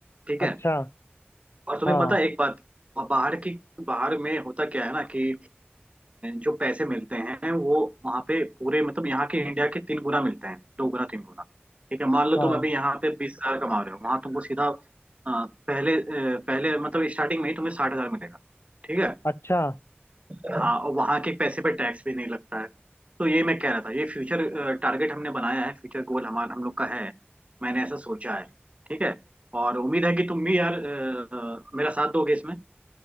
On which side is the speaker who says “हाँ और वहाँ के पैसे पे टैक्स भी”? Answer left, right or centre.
Right